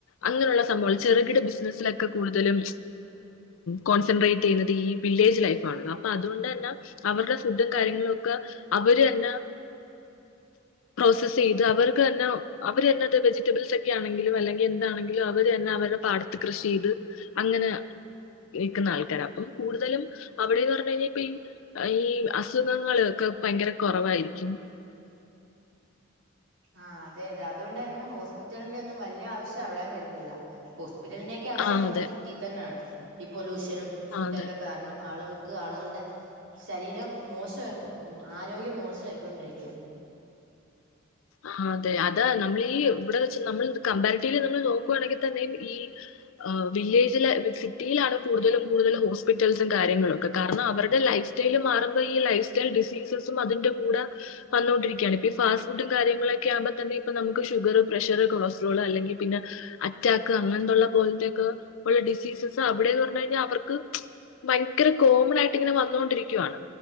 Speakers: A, on the left; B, on the right.
A: അങ്ങനെയുള്ള സംഭവങ്ങൾ ചെറുകിട ബിസിനസിലൊക്കെ കൂടുതലും കോൺസെൻട്രേറ്റ് ചെയ്യുന്നത് ഈ വില്ലേജ് ലൈഫ് ആണല്ലോ അപ്പൊ അതുകൊണ്ട് തന്നെ അവരുടെ ഫുഡും കാര്യങ്ങളും ഒക്കെ അവര് തന്നെ പ്രോസസ് ചെയ്ത് അവർ ക്ക് തന്നെ അവര് തന്നെ അത് വെജിറ്റബിൾസ് ഒക്കെ ആണെങ്കിലും അല്ലെങ്കിൽ എന്താണെങ്കിലും അവര് തന്നെ അവരുടെ പാടത്ത് കൃഷി ചെയ്ത് അങ്ങനെ നിക്കുന്ന ആൾക്കാരാ. അപ്പം കൂടുതലും അവിടെന്ന് പറഞ്ഞു കഴിഞ്ഞാൽ ഇപ്പം ഈ ഈ അസുഖങ്ങൾ ഒക്കെ ഭയങ്കര കുറവായിരിക്കും
B: ആ അതെ അതെ അതുകൊണ്ട് തന്നെ ഹോസ്പിറ്റലിന്റെ ഒന്നും വല്യ ആവശ്യം അവിടെയും വരുന്നില്ല. ഹോസ് പിറ്റലിന്റെ ഒക്കെ ആവശ്യം
A: ആ
B: വരുന്നത്
A: അതെ
B: സിറ്റി തന്നാണ് ഈ പൊല്യൂഷ നും ഫുഡൊക്കെ
A: ആ
B: കാരണം ആളുകൾ ക്ക്‌ ആളുകളുടെ ശരീരം മോശക്ക്‌ ആരോഗ്യം മോശമായിയിക്കൊണ്ടിരിക്കുവ
A: ആ അതെ അതെ നമ്മൾ ഈ ഇവിടെ വെച്ച് നമ്മൾ ഈ കമ്പാരിറ്റീവിലി നമ്മൾ നോക്കുയാണെങ്കിൽ തന്നെയും ഈ വില്ലേജില് സിറ്റിയിലാണ് കൂടുതലും കൂടുതൽ ഹോസ്പിറ്റൽസും കാര്യങ്ങളു ഒക്കെ കാരണം അവരുടെ ലൈഫ് സ്റ്റൈല് മാറുമ്പോ ഈ ലൈഫ് സ്റ്റൈൽ ഡിസീസസും അതിന്റെ കൂടെ വന്നോണ്ടിരിക്കുകയാണ് <unintelligible> ഫുഡും കാര്യങ്ങളൊക്കെ ആവുമ്പോതന്നെ ഇപ്പൊ തന്നെ ഇപ്പോ നമുക്ക് ഷുഗർ, പ്രഷർ, കൊളസ്ട്രോൾ അല്ലെങ്കിൽ പിന്നെ അറ്റാക്ക് അങ്ങനത്തെ ഉള്ള പോലത്തെ ഒക്കെ ഉള്ള ഡിസീസസ് അവിടെ എന്ന് പറഞ്ഞു കഴിഞ്ഞാൽ അവർക്ക് ഭയങ്കര കോമൺ ആയിട്ട് ഇങ്ങനെ വന്നോണ്ടിരിക്കുവാണ്